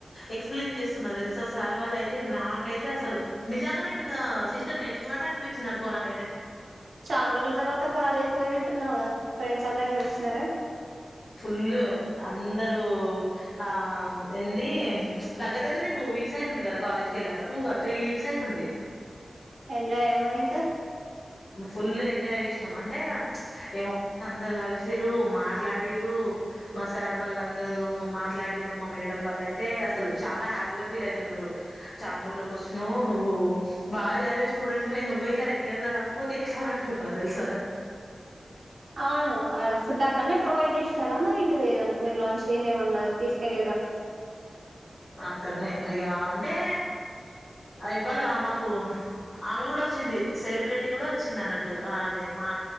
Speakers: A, on the left; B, on the right.
A: ఎక్స్ ప్లెయిన్ చేస్తున్నో తెలుసా అసల్ సార్ వాళ్ళు అయితే నాకైతే అసలు నిజంగా నేను సిస్టమ్ నేర్చుకున్నట్టే అనిపించింది అనుకో నాకైతే
B: చాలా రోజుల తర్వాత కాలేజీకి పోయినట్టున్నావు గా ఫ్రెండ్స్ అందరు కలిసినార
A: ఫుల్ అందరు ఆ ఉండి దగ్గర దగ్గర నేను టూ వీక్స్ అయితుంది కదా కాలేజ్ కు వెళ్ళక టూ గాదు త్రీ వీక్స్ అయితుంది
B: ఎంజాయా మరి ఇంకా
A: ఫుల్ ఎంజాయ్ చేసినాం అంటే ఏమ అందరు కలిసిర్రు మాట్లాడిర్రు మా సార్ వాళ్ళందరూ మాట్లాడిర్రు మా మేడం వాళ్ళు అయితే అసలు చాలా హ్యాపీగా ఫీల్ అయి తున్నారు చానా రోజులకి వచ్చినవ్ నువ్వు బాగా చదివే స్టూడెంట్ వే నువ్వే ఇట్లా రెగ్యులర్ గా రా పోతే ఎట్లా అని అంటున్నారు తెలుసా
B: అవును అడ ఫుడ్ అక్కడనే ప్రొవైడ్ చేసినారా మరి ఇంటికి పొయార మరి లాంచ్ గిన ఏమన్నా తీసుకెళ్ళిర్రా
A: ఇక్కన్నె ఇక అంటే ఇవాళ మాకు ఆమె కూడా వచ్చింది సెలబ్రిటీ కూడా వచ్చింది అన్నట్టు అదే మా